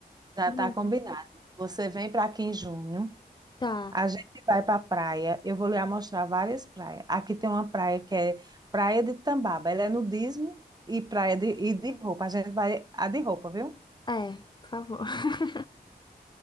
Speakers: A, on the right; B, on the left.
A: já
B: Não,
A: está combinado. Você vem para aqui em junho,
B: tá.
A: a gente vai para a praia, eu vou lhe mostrar várias praias. Aqui tem uma praia que é Praia de Tambaba, ela é nudismo e praia de, e de roupa. A gente vai, a de roupa, viu?
B: É, por favor. <laughs>